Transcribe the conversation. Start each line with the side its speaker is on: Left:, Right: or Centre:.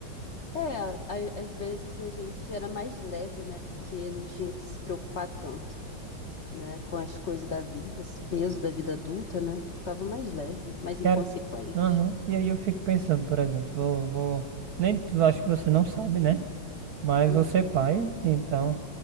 Left: É, a- às vezes a gente era mais leve, né? Porque não tinha que se preocupar tanto, né? Com as coisas da vida, esse peso da vida adulta, né? Ficava mais leve, mais inconsequente.
Right: Cara, aham. E aí eu fico pensando, por exemplo, vou, vou, nem tu- acho que você não sabe, né? Mas
Left: Uhum.
Right: você é pai, então,